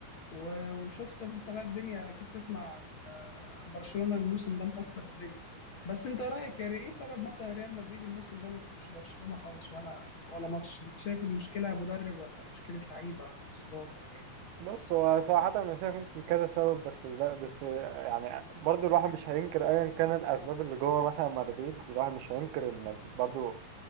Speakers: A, on the left; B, on the right.
A: و- وشفت انت بقى الدنيا اكيد تسمع عن آه، عن برشلونة الموسم ده مكسر الدنيا بس انت رايك يا ري- ايه سبب مثلا ريال مدريد الموسم ده ما كسبش برشلونة خالص ولا ولا ماتش انت شايف المشكلة مدرب ولا مشكلة لعيبة ولا اصابات ولا ايه
B: بص هو صراحة أنا شايف ممكن كذا سبب بس لا بس يعني برضو الواحد مش هينكر أيا كان الأسباب اللي جوه مثلا مدريد الواحد مش هينكر إن برضو